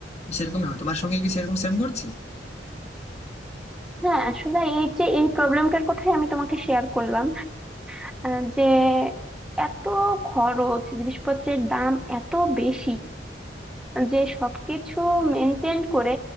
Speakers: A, on the left; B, in the centre.
A: তো সেরকমই হয় তোমার সঙ্গে কি সেরকম সেম করছে
B: হ্যাঁ আসলে এই যে এই প্রবলেমটার কথাই আমি তোমাকে শেয়ার করলাম আহ, যে এত খরচ জিনিসপত্রের দাম এত বেশি যে সবকিছু মেনটেন করে